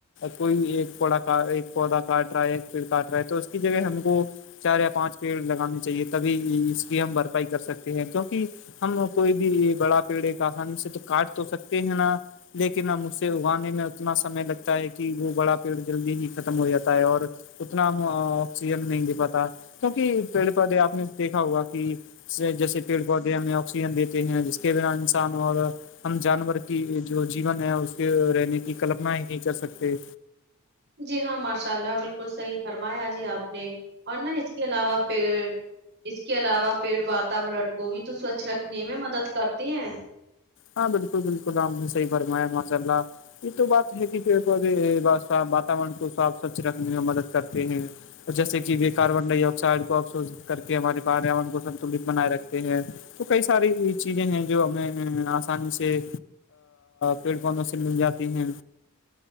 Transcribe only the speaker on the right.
جی ہاں ماشاء اللہ بالکل صحیح فرمایا جی آپ نے اور نہ اس کے علاوہ پیڑ اس اس کے علاوہ پیڑ واتاورن کو بھی تو سوچھ رکھنے میں مدد کرتے ہیں